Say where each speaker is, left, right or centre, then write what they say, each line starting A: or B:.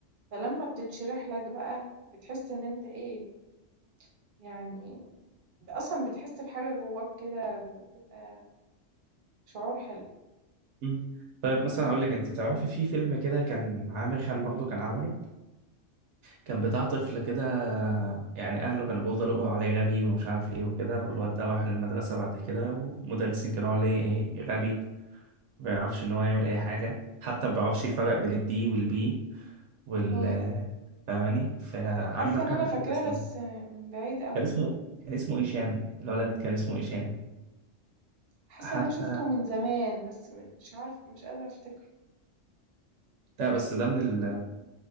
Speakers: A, on the right; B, on the right.
A: فلمّا بتتشرح لك بقى بتحس إن أنت إيه، يعني أصلًا بتحس بحاجة جوّاك كده بتبقى شعور حلو.
B: امم طيب مثلا اقول لك انت تعرفي في فيلم كده كان عامر خان برضه كان عمله كان بتاع طفل كده يعني اهله كانوا بيفضلوا يقولوا عليه غبي ومش عارف ايه وكده والواد ده راح المدرسه بعد كده والمدرسين كانوا يقولوا عليه ايه غبي ما بيعرفش ان هو يعمل اي حاجه حتى ما بيعرفش يفرق بين الدي والبي وال
A: إمم.
B: فاهماني فعمر
A: حاسّة إن
B: خان
A: أنا
B: بقى
A: فاكراه
B: اللي كان اسمه
A: بس من بعيد أوي،
B: كان اسمه كان اسمه ايشان الولد كان اسمه ايشان
A: حاسّة
B: حتى
A: إن أنا شُفته من زمان بس م مش عارفة مش قادرة أفتكره.
B: ده بس ده من ال...